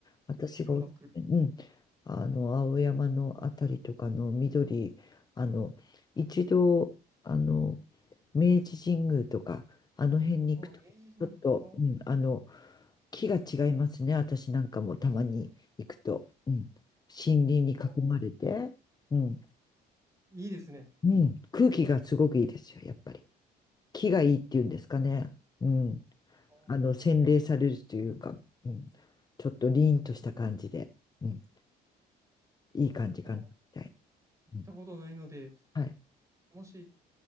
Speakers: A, on the left (about 25°); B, on the right (about 20°).
A: 私がおすすめ、
B: 千代田区、
A: うん、あの、青山のあたりとかの緑、あの、一度、あの、明治神宮とか、あの辺に行くと、
B: あー明治神宮、
A: ちょっと、
B: あー
A: うん、あの、木が違いますね、私なんかもたまに行くと、うん、森林に囲まれて、
B: あー
A: うん、
B: いいですね。
A: うん、空気がすごくいいですよ、やっぱり。木がいいっていうんですかね、うん。
B: あー
A: あの、洗練されるというか、うん、ちょっと凛とした感じで、うん、いい感じかな、
B: あー、なんかい
A: みたい
B: 行ったことないので、
A: な。うんはい。
B: もし、ち